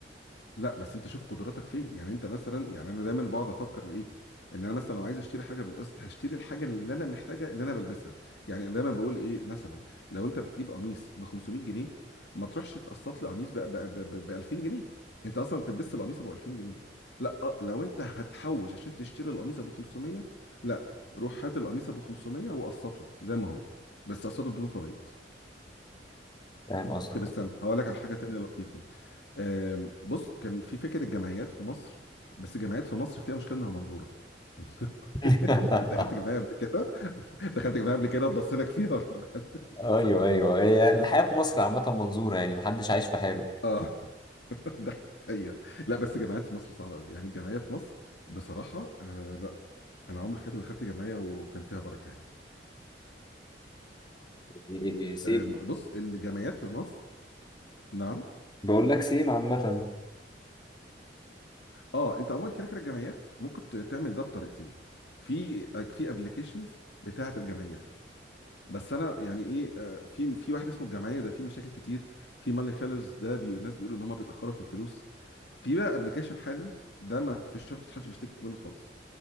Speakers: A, on the left; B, on the left.
A: لا بس انت شوف قدراتك فين يعني انت مثلا يعني انا دايما بقعد افكر ايه ان انا مثلا لو عايز اشتري حاجه بالقسط هشتري الحاجه اللي انا محتاجها اللي انا بلبسها يعني انا دايما بقول ايه مثلا لو انت بتجيب قميص ب 500 جنيه ما تروحش تقسط لي قميص ب 2000 جنيه انت اصلا بتلبس القميص ابو 2000 جنيه لا اه، لو انت هتحوش عشان تشتري القميص ابو 500 لا روح هات القميص ابو 500 وقسطه زي ما هو بس قسطه بدون فوائد
B: فاهم قصدك
A: طب استنى هقول لك على حاجه تانيه لطيفه آم، بص كان في فكره الجمعيات في مصر بس الجمعيات في مصر فيها مشكله انها منظوره <laughs>
B: <laughs> اه
A: دخلت جمعيه قبل كده دخلت جمعيه قبل كده اتبص لك فيها ولا ما دخلت؟
B: آه، ايوه ايوه هي الحياة في مصر عامة منظورة يعني محدش عايش في حاله
A: اه <laughs> ده حقيقه لا بس الجمعيات في مصر صعبه قوي يعني الجمعيه في مصر بصراحه آه لا انا عمري في حياتي ما دخلت جمعيه وكان فيها بركه يعني
B: إيه، سيم
A: آم، بص الجمعيات في مصر نعم
B: بقول لك سيم عامة
A: اه انت عموما كده كده الجمعيات ممكن ت- تعمل ده بطريقتين في في ابلكيشنز بتاعه الجمعيات بس انا يعني ايه آه، في في واحد اسمه الجمعيه ده في مشاكل كتير في ماني فيلرز ده بي الناس بيقولوا ان هم بيتاخروا في الفلوس في بقى ابلكيشن حالا ده ما فيش شفت حد بيشتكي منه خالص